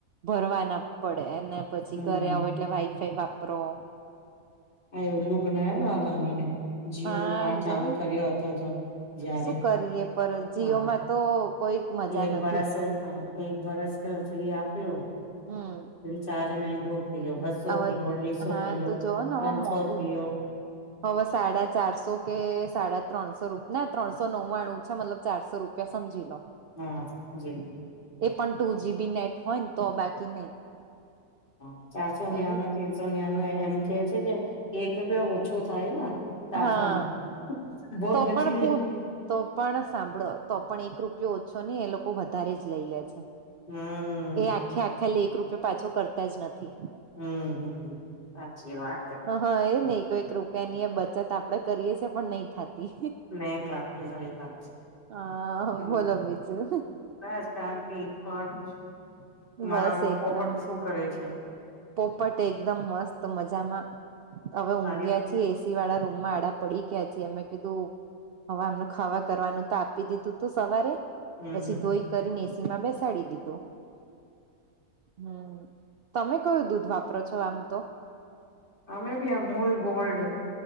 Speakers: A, on the right; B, on the left.
A: ભરવા ના પડે અને પછી
B: હમ
A: ઘરે આવો એટલે વાઈફાઈ વાપરો
B: એ ઉલ્લુ બનાયા ના અદાનીને જીઓ
A: હા
B: નો કાર્ડ ચાલુ
A: જોન
B: કર્યો હતો જ્યારે
A: શું કરીએ પર જીઓમાં
B: હા
A: તો કોઈ મજા
B: એક
A: નથી
B: વરસ એક વરસ ફી આપ્યો
A: હમ
B: ચાર્જ મહેંગો થયો બસો
A: હવે
B: થયો અઢાઈસો
A: હા
B: થયો
A: તો જોઓ ને
B: ત્રણસો
A: હવે મોંઘુ
B: થયો
A: હવે સાડા ચારસો કે સાડા ત્રણસો રૂપ ના ત્રણસો નવ્વાણું છે મતલબ ચારસો રૂપ સમજી લો
B: હા જી
A: એ પણ ટુ જીબી નેટ હોય ને તો બાકી નહી
B: હા ચારસો ન્યાનું
A: એ
B: તીનસો ન્યાનું એમ કે છે કે એક બે ઓછું થાય ને ચારસોમાં
A: હા
B: બહોત
A: તો
B: બચીયુ
A: પણ પુ
B: હે
A: તો પણ સાંભળો તો પણ એક રૂપિયો ઓછો નહી એ લોકો વધારે જ લઈ લે છે
B: હમ
A: એ આખે આખા લે એક રૂપીયો પાછો કરતા જ નથી
B: હમ સાચી વાત
A: હા એજ નહી કોઈ રૂપિયા ની એ બ ચત આપડે કરીએ છીએ પણ નહી થાતી
B: નહી થાતી આવી વાત છે
A: હા
B: હમ્મ
A: બોલો બીજું
B: બસ શાંતિ તમારા
A: બસ એકદમ
B: પોપટ શું કરે છે
A: પોપટ એકદમ મસ્ત મજામાં હવે ઊંઘ્યા
B: સારી
A: પી એસી વાળા રૂમ માં આડા પડી ગયા છી અમે કીધું હવે આમને ખાવા કરવાનું તો આપી દીધું તું સવારે
B: હમ
A: પછી ધોઈ કરીને એસી માં બેસાડી દીધો હમ તમે કયું દૂધ વાપરો છો આમ તો
B: અમે બી અમૂલ ગોલ્ડ